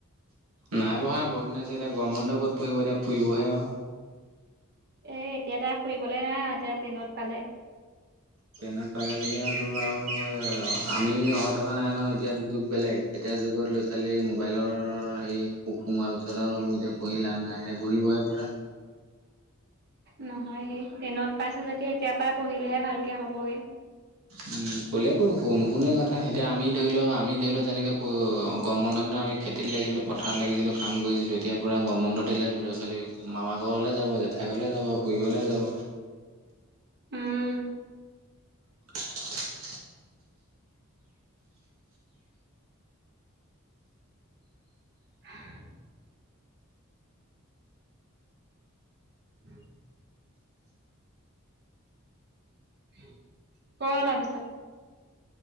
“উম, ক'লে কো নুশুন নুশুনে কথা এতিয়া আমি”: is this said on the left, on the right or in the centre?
Right